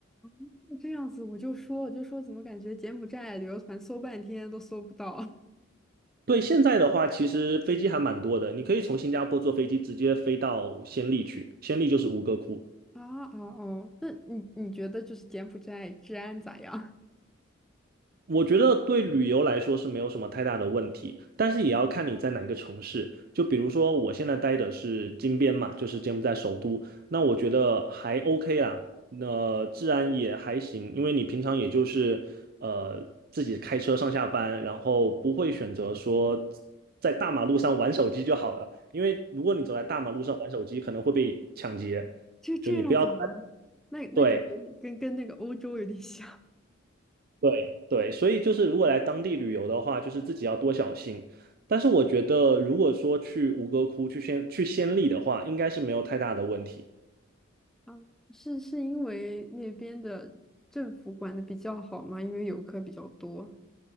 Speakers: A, in the centre; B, on the right.
A: <laughs> 这样子我就说我就说怎么感觉柬埔寨旅游团搜半天都搜不到 <laughs>
B: 对，现在的话，其实飞机还蛮多的，你可以从新加坡坐飞机直接飞到暹粒去，暹粒就是吴哥窟，
A: 啊啊哦，那你你觉得就是柬埔寨治安咋样？
B: 我觉得对旅游来说是没有什么太大的问题，但是也要看你在哪一个城市。就比如说我现在待的是金边嘛，就是柬埔寨首都，那我觉得还 OK 啦，那、治安也还行，因为你平常也就是呃自己开车上下班，然后不会选择说在大马路上玩手机就好了，因为如果你走在大马路上玩手机，可能会被抢劫，
A: 就这样子吗？
B: 就你不要，
A: 那那感觉跟跟那个欧洲有点像
B: 对，对对，所以就是如果来当地旅游的话，就是自己要多小心。但是我觉得，如果说去吴哥窟、去先去仙历的话，应该是没有太大的问题。
A: 啊，是是因为那边的政府管的比较好吗？因为游客比较多。